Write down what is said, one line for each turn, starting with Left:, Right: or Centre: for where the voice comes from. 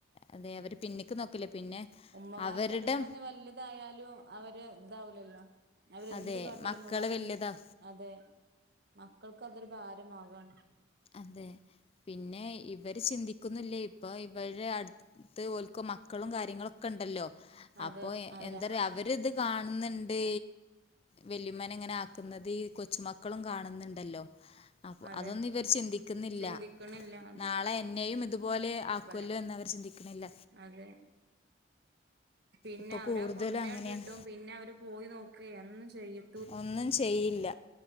Left: അതെ അവര് പിന്നിക്ക് നോക്ക്ല്ല പിന്നെ
Right: ഉമ്മമാര്ക്ക്
Left: അവരുടെ
Right: എത്ര ഞ്ഞി വല്ല്യതായാലും അവര്താവുലല്ലോ അവരെന്ത്
Left: അതെ
Right: കാട്ടിയാലും
Left: മക്കള്
Right: ഉമ്മമാരൊന്ന്
Left: വല്യതാ
Right: അതെ മക്കൾക്ക് അതൊരു ഭാരമാക് ആണ്
Left: അതെ പിന്നെ ഇവര് ചിന്തിക്കുന്നില്ലേ ഇപ്പൊ ഇവര് അട് ത്ത് ഓൽക്ക് മക്കളും കാര്യങ്ങളൊക്കെണ്ടല്ലോ
Right: അതെ
Left: അപ്പൊ
Right: അവരാ
Left: എന്തറിയാ അവര്ത് കാണുന്നുണ്ട് വല്ല്യയുമ്മനെങ്ങനെ ആക്കുന്നത് ഈ കൊച്ചുമക്കളും കാണുന്നുണ്ടല്ലോ അപ്പ
Right: അതന്നെ
Left: അതൊന്ന് ഇവര് ചിന്തിക്കുന്നില്ല
Right: ചിന്തിക്കണില്ല അതെ
Left: നാളെ എന്നെയും ഇതുപോലെ ആക്കുല്ലോ
Right: വല്ല
Left: എന്ന് അവർ ചിന്തിക്കണില്ല
Right: അതെ പിന്നെ
Left: ഇപ്പൊ
Right: അവരാ
Left: കൂടുതലും
Right: കൊണ്ടേയ്
Left: അങ്ങനെയാണ്
Right: ആണ്ട്ടും പിന്നെ അവര് പോയി നോക്കേ എന്നും ചെയ്യും
Left: ഒന്നും ചെയ്യില്ല